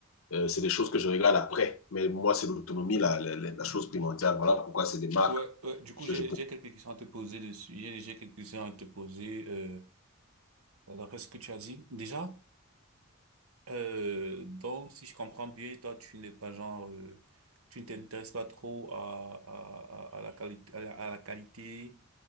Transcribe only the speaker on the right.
Ouais, ouais, du coup, j'ai,
j'ai quelques questions à te poser dessus. J'ai j'ai quelques questions à te poser, euh, d'après ce que tu as dit. Déjà? Euh, donc, si je comprends bien, toi, tu n'es pas genre, euh, tu ne t'intéresses pas trop à, à, à, à la qualité, à la, à la qualité,